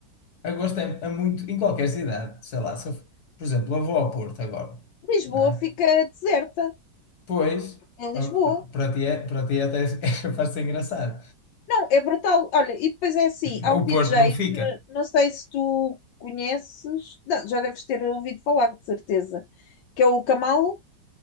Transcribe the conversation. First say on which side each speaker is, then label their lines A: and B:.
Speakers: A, on the left; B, on the left.
A: Agosto é, é muito, em qualquer cidade, sei lá, se eu, f- por exemplo, eu vou ao Porto agora,
B: Lisboa
A: não é?
B: fica deserta,
A: Pois,
B: em Lisboa.
A: ao que p- para ti, é, para ti até <laughs> é capaz de ser engraçado.
B: Não, é brutal. Olha, e depois é assim, há
A: O
B: um DJ
A: Porto não fica?
B: que não sei se tu conheces, não, já deves ter ouvido falar, de certeza, que é o Camalo.